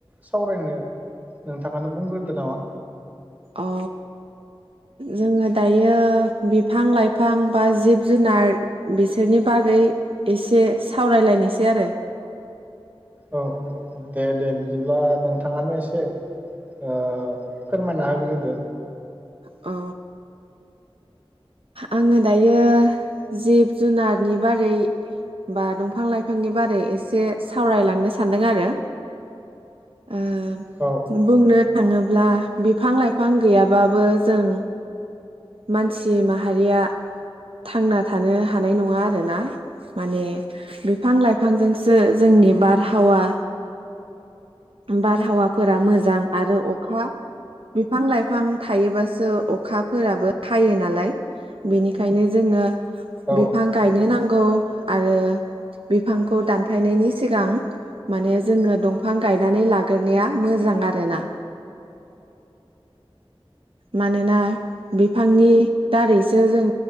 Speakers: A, on the right; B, on the right.
A: सावरायनो नोंथाङानो बुंग्रोदो नामा?
B: अ जोङो दायो बिफां लाइफां बा जिब जुनार बिसोरनि बागै एसे सावरायलायनोसै आरो।
A: औ औ दे दे बिदिब्ला नोंथाङानो एसे ओ फोरमायना होग्रोदो।
B: औ। आङो दायो जिब जुनारनि बारै बा दंफां लाइफांनि बारै एसे सावरायलांनो सानदों आरो। ओ
A: औ
B: बुंनो थाङो। अब्ला बिफां लाइफां गैयाबाबो जों। मानसि माहारिया थांना थानो हानाय नङा आरोना माने बिफां लाइफां। फांजोंसो जोंनि बार हाववा बारहावाफोरा मोजां आरो अखा बिफां लाइफां बिफां थायोबासो अखाफोराबो हायो नालाय बेनिखायनो जोंङो
A: औ
B: बिफां गायनो नांगौ। आरो बिफांखौ दानफायनायनि सिगां माने जोंङो दंफां गायनानै लागोरनाया मोजां आरोना। मानोना बिफांनि दारैसो जों